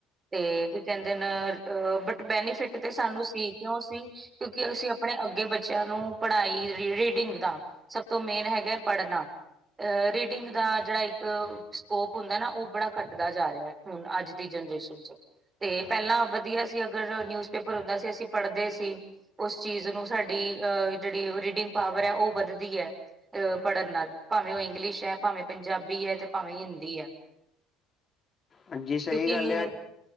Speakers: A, on the right; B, on the left.
A: ਤੇ ਕੀ ਕਹਿੰਦੇ ਨੇ ਅ ਬਟ ਬੈਨੀਫਿਟ ਤੇ ਸਾਨੂੰ ਸੀ ਕਿਉਂ ਸੀ ਕਿਉਂਕਿ ਅਸੀਂ ਆਪਣੇ ਅੱਗੇ ਬੱਚਿਆਂ ਨੂੰ ਪੜ੍ਹਾਈ ਰੀਡਿੰਗ ਦਾ ਸਭ ਤੋਂ ਮੇਨ ਹੈਗਾ ਪੜ੍ਹਨਾ। ਅਹ ਰੀਡਿੰਗ ਦਾ ਜੇੜਾ ਇੱਕ ਸਕੋਪ ਹੁੰਦਾ ਨਾ ਉਹ ਬੜਾ ਘੱਟਦਾ ਜਾ ਰਿਆ ਹੁਣ ਅੱਜ ਦੀ ਜੇਨਰੇਸ਼ਨ ਚ ਤੇ ਪੈਲਾਂ ਵਧੀਆਂ ਸੀ ਅਗਰ ਨਿਊਜ਼ਪੇਪਰ ਹੁੰਦਾ ਸੀ ਅਸੀਂ ਪੜ੍ਹਦੇ ਸੀ। ਉਸ ਚੀਜ਼ ਨੂੰ ਸਾਡੀ ਅਹ ਜੇੜੀ ਰੀਡਿੰਗ ਪਾਵਰ ਐ ਉਹ ਵੱਧਦੀ ਐ। ਅਹ ਪੜ੍ਹਨ ਨਾਲ ਭਾਵੇਂ ਉਹ ਇੰਗਲਿਸ਼ ਐ, ਭਾਵੇਂ ਪੰਜਾਬੀ ਐ ਤੇ ਭਾਵੇਂ ਹਿੰਦੀ ਐ।
B: ਹਾਂਜੀ ਸਹੀ
A: ਕਿਉਂਕਿ
B: ਗੱਲ ਆ